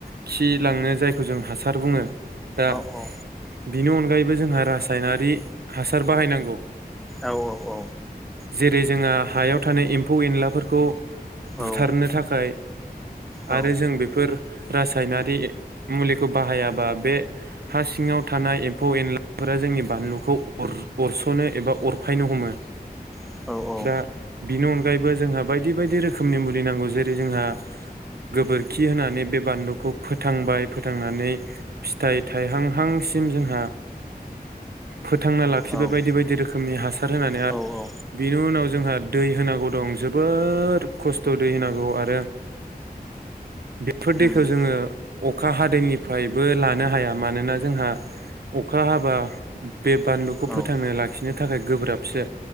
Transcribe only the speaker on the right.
खि लाङो जायखौ जों हासार बुङो दा
बिनि अनगायैबो जोंहा रासायनारि हासार बाहायनांगौ
जेरै जोंहा हायाव थानाय एम्फौ एनलाफोरखौ बुथारनो
थाखाय
आरो जों बेफोर रास हायनारि मुलिखौ बाहायजाग्रा बे हा सिङाव थानाय एमफौ एनलाफोरा जोंनि बानलुखौ अर-अरसनो एबा अरफायनो हमो
दा बिनि अनगायैबो जोंहा बायदि बायदि रोखोमनि मुलि नांगौ जेरै जोंहा गोबोरखि होनानै बे बानलु खौ फोथांबाय फोथांनानै फिथाइ थाइहांहांसिम जोंहा फोथांना लाखिबाय
बायदि बायदि रोखोमनि हासार होनानै आरो
बेनि उनाव जोंहा दै होनांगौ दं जोबोर खस्थ' दै होनांगौ आरो बेफोर दै
खौ जोङो अखा हादैनिफ्रायबो लानो हाया मानोना जोंहा अखा हाबा बे बानलुखौ
फोथांनो लाखिनो थाखाय गोब्राबसो